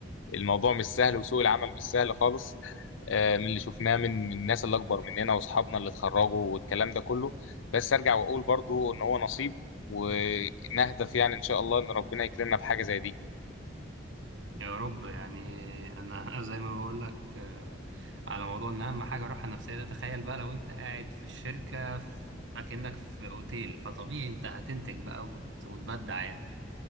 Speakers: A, on the left (about 90°); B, on the right (about 75°).
A: الموضوع مش سهل وسوق العمل مش سهل خالص آه، من اللي شفناه من من الناس اللي اكبر مننا واصحابنا اللي اتخرجوا والكلام ده كله بس ارجع واقول برضو ان هو نصيب ونهدف يعني ان شاء الله ان ربنا يكرمنا بحاجه زي دي
B: يا رب يعني انا <laughs> زي ما بقول لك آه، على موضوع ان اهم حاجه الراحه النفسيه ده تخيل بقى لو انت قاعد في الشركه في- اكنك في اوتيل فطبيعي انت هتنتج بقى وت- وتبدع يعني